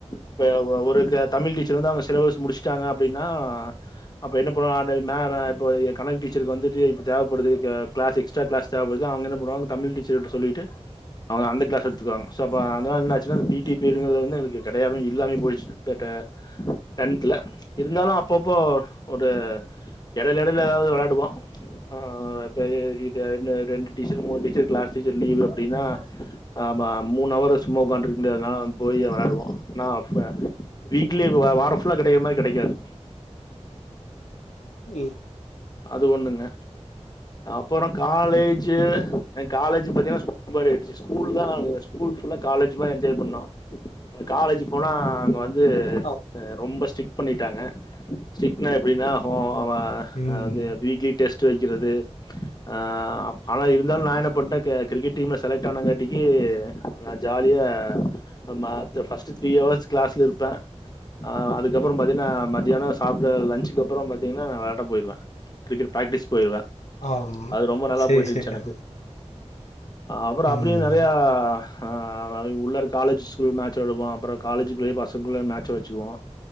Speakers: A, on the left; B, on the left.
A: இப்ப ஒருக தமிழ் டீச்சர் வந்து அவ்ங்க சிலபஸ் முடிச்ட்டாங்க அப்டின்னா அப்ப என்ன பண்ணுவோ அ டை நா நா இப்போ ஏ கணக்கு டீச்சருக்கு வந்துட்டு இது தேவப்படுது த க்ளாஸ் எக்ஸ்ட்ரா க்ளாஸ் தேவபடுது அவுங்க என்ன பண்ணுவாங்க தமிழ் டீச்சர்குட்ட சொல்லிட்டு அவுங்க அந்த கிளாஸ் எடுத்துகுவாங்க சோ பா அத்னால என்னாச்சுனா இந் பீ டீ பீர்டுகல்ல வந்து எங்ளுக்கு கடையாம இல்லாமே போய்ட்ச்சு தட் அ டன்த்ல இருந்தாலு அப்பப்போ ஒரு எடைல எடைல எதாவ்து வெள்ளாடுவோ ஆ <unintelligible> ரெண்டு டீச்சர் மூனு டீச்சர் க்ளாஸ் டீச்சர் லீவு அப்டின்னா அ மா மூணு அவரு சும்மா உக்கான்ட்டுருக்க முடியாது நா போயி வெள்ளாடுவோ நா ஃப வீக்லி வ வார ஃபுல்லா கெடைக்கிர மாரி கெடைக்காது
B: ம்
A: அது ஒன்னுங்க அப்பறொ காலேஜு என்க் காலேஜி பாத்தீங்கன்னா <inaudible> ஸ்கூல்தா எங்க ஸ்கூல் ஃபுல்லா காலேஜ் மாரி எஞ்ஜாய் பண்ணோ காலேஜ் போனா அங்க வந் து
B: ஆம்
A: ரொம்ப ஸ்ட்ரிக்ட் குங் பண்ணிட்டாங்க ஸ்ட்ரிக்ட்னா எப்டின்னா ஹோ வா அதாவது
B: ம்
A: வீக்லி டெஸ்ட் ற்று வைக்கிறது ஆ அவன் இருந்தாலும் நான் என்ன பண்ணிட்டேன் கிரிக்கெட் டீம்ல செலக்ட் ஆனங்காட்டிக்கு நான் ஜாலியா ம பஸ்ட் த்ரீ அவர்ஸ் கிளாஸ்ல இருப்பேன் அதுக்கப்றம் பாத்தீனா நான் மத்தியானம் சாப்டு லஞ்சுக்கு அப்றம் பாத்தீங்கன்னா நான் வெளயாட போயிருவே கிரிக்கெட் பிராக்டிஸ் போயிருவ
B: ஆம்
A: அது ரொம்ப நல்லா
B: சேரி
A: போயிட்டு
B: சேரி
A: இருந்துச்சு எனக்கு
B: ஆ
A: அவ்ரு அப்டியே
B: ம்
A: நெறயா ஆ உள்ளரு காலேஜ்குள் மேச்ச விடுவோம் அப்றம் காலேஜுக்குள்ளயே பசங்கள்ளேயே மேச் வச்சுக்குவோம்